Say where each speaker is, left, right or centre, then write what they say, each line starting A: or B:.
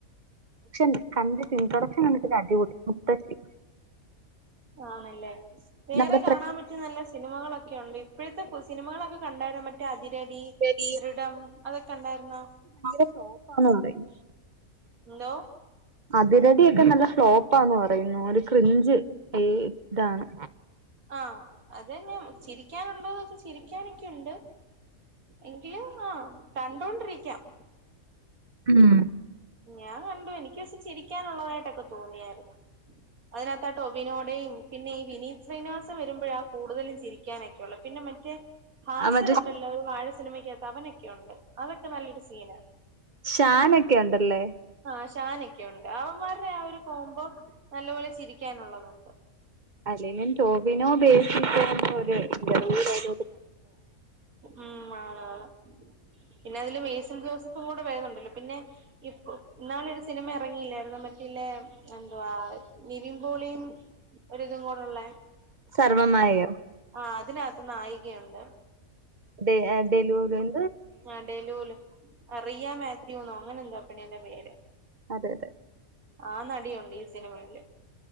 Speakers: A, on the right; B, on the right.
A: പക്ഷെകണ്ടിട്ട് പ്രൊഡക്ഷൻ കണ്ടിട്ട് അടിപൊടി മുത്തശ്ശി
B: ആണല്ലേ വേറെ
A: നമ്മുടെ
B: കാണാൻ പറ്റ മറ്റ നല്ല സിനിമകളൊക്കെയ ഉണ്ട് ഇപ്പോഴത്തെ സിനമകളൊക്കെ കണ്ടരാൻ പറ്റ മറ്റ അതിരടി
A: ശരി
B: ദൃഢം അതൊക്കെ കണ്ടായിരുന്ന
A: നല്ല ടോപ്പന്ന് പറയു
B: ഹലോ
A: അതിരടൊക്കെ നല്ല സ്ലോപ്പാന്ന് പറയുന്നു ഒരു ക്രിഞ്ച് ഫീൽ ആഹ്
B: ആഹ് അതനെ ചിരിക്കാനുണ്ടോകയ്ച്ച ചിരിക്കാനൊക്കെയുണ്ട് എങ്കിലും ആഹ് കണ്ടോണ്ടിരിക്കാം
A: ഉം
B: ഞാൻ കണ്ടു എനിക്ക് പക്ഷെ ചിരിക്കാനുള്ളതായിട്ടൊക്കെ തോന്നിയായിരുന്നു അതിനകത്താ ടൊവിനോടെയും പിന്നെ ഈ വിനീത് ശ്രീനിവാസം വരുമ്പോഴാ കൂടുതലും ചിരിക്കാനൊക്കെയള്ളൂ പിന്നെ മറ്റേ ഹാശറുണ്ടല്ലോ
A: ആ മറ്റേ
B: ല്ലവരും വാഴ സിനിമയ്ക്ക് എത്ത അവൻ നിക്കാണുണ്ട് അതൊക്കെ നല്ലൊരു സീന.
A: ഷാനൊക്കെ ഉണ്ടല്ലേ?
B: ആഹ് ഷാനൊക്കെ ഉണ്ട് അവന്മാരുടെ ആ ഒരു കോംബോ നല്ലപോലെ ചിരിക്കാനുള്ളതുണ്ട്.
A: അല്ലേലും ടോവിനോ ഉപേക്ഷിക്കോ <inaudible>
B: ഉം ആണ് ആഹ് പിന്നെ അതില് മേസൻ ജോസഫ് കൂടെ വരുന്നുണ്ടല്ലോ പിന്നെ ഇപ്പോ ഇന്നാള് ഒരു സിനിമ എറങ്ങിയില്ലായിരുന്നോ മറ്റല്ലേ എന്തുവാ നിവിൻ പോളിയും ഒരിതും കൂടെള്ളേ
A: സർവമായയോ?
B: ആഹ് അതിനകത്ത് നായികയുണ്ട്.
A: ഡെ ഏഹ് ഡെലൂറൽ
B: ആഹ് ഡെലൂല് അറിയ മാത്യൂന്നോ അങ്ങനെ എന്തോ പെണ്ണീന്റെ പേര്.
A: അതെ അതെ
B: ആഹ് നടിയുണ്ട് ഈ സിനിമയില്